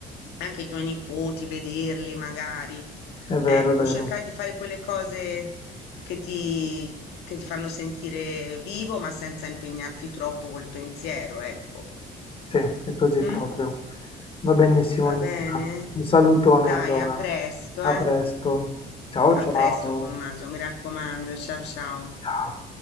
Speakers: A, on the left; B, on the left.
A: anche i tuoi nipoti, vederli magari.
B: È vero,
A: Ecco,
B: è vero.
A: cercare di fare quelle cose che ti, che ti fanno sentire vivo, ma senza impegnarti troppo col pensiero, ecco.
B: Sì, è così
A: Mm?
B: proprio. Va benissimo,
A: Va
B: Nicola.
A: bene?
B: Un salutone
A: Dai,
B: allora.
A: a presto,
B: A presto.
A: eh?
B: Ciao,
A: A
B: ciao.
A: presto, Tommaso, mi raccomando. Ciao ciao.
B: Ciao.